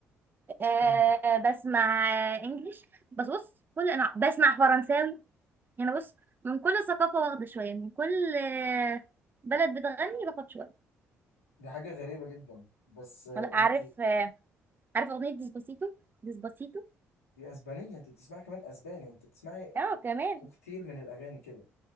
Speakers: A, on the right; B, on the left.
A: آه
B: مم.
A: بسمع آه انجليش بس بص كل انا بسمع فرنساوي يعني بص من كل ثقافه واخده شويه من كل آه بلد بتغني باخد شويه
B: دي حاجة غريبة جدا بس آه،
A: انا عارف
B: أنت
A: آه عارف اغنيه ديسباسيتو ديسباسيتو
B: دي اسبانيه انت بتسمعي كمان اسباني انت بتسمعي
A: اه كمان
B: كوكتيل من الاغاني كده